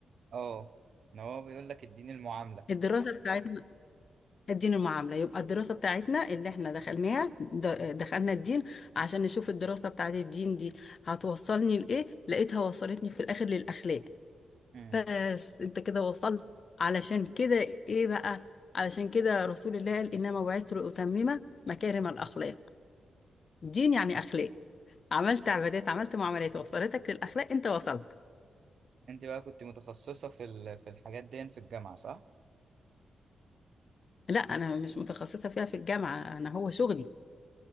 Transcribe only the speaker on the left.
الدراسة بتاعتنا الدين المعاملة يبقى الدراسة بتاعتنا اللي احنا دخلناها د- دخلنا الدين عشان نشوف الدراسة بتاعت الدين دي هتوصلني لإيه لقيتها وصلتني في الآخر للأخلاق
بس انت كده وصلت علشان كده ايه بقى علشان كده رسول الله قال انما بعثت لاتمم مكارم الاخلاق دين يعني اخلاق عملت عبادات عملت معاملات وصلتك للاخلاق انت وصلت
لا انا مش متخصصه فيها في الجامعه انا هو شغلي